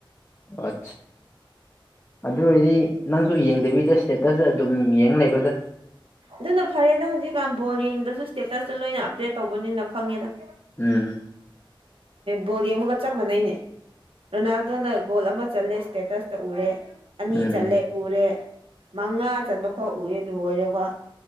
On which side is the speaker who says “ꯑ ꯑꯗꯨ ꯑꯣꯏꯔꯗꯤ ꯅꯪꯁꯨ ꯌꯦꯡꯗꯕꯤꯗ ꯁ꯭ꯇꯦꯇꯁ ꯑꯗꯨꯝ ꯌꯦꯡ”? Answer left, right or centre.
Left